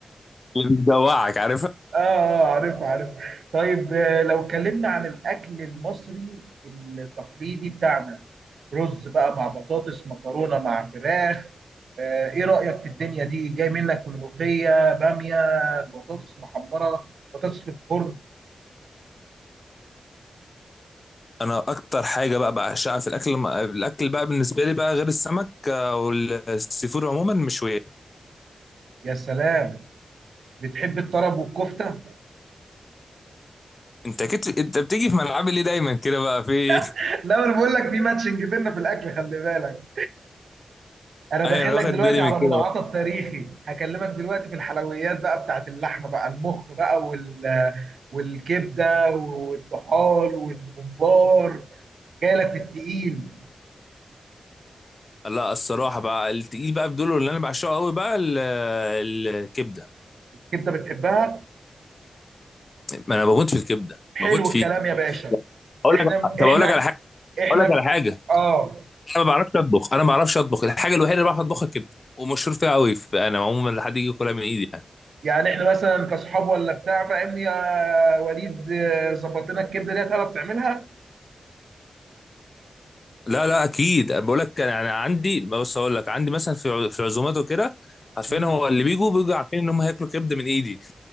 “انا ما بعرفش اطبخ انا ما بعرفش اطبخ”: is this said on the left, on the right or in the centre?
Left